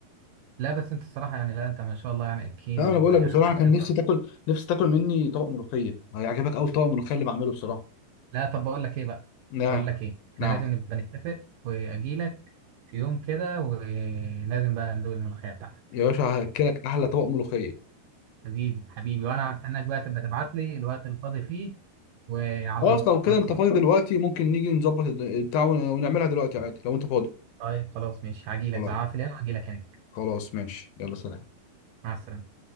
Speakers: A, on the right; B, on the left.
A: لا بس انت الصراحه يعني لا انت ما شاء الله يعني اكيل
B: فانا بقول
A: وعندك
B: لك بصراحه كان
A: خبره
B: نفسي تاكل نفسي تاكل مني طبق ملوخيه هيعجبك قوي طبق الملوخيه اللي بعمله بصراحه
A: لا طب بقول لك ايه بقى
B: نعم
A: بقول لك ايه احنا
B: نعم
A: لازم نبقى نتفق واجي لك في يوم كده ولازم بقى ندوق الملوخيه بتاعتك
B: يا باشا هاكلك احلى طبق ملوخيه
A: حبيبي حبيبي وانا هستناك بقى تبقى تبعت لي الوقت الفاضي فيه وعلى
B: خلاص
A: الواتس
B: لو كده انت
A: بقى
B: فاضي دلوقتي ممكن نيجي نظبط الد- بتاع ون- ونعملها دلوقتي عادي لو انت فاضي
A: طيب خلاص ماشي هاجي لك
B: خلاص
A: بقى في اليوم هاجي لك هناك
B: خلاص ماشي يلا سلام
A: مع السلامه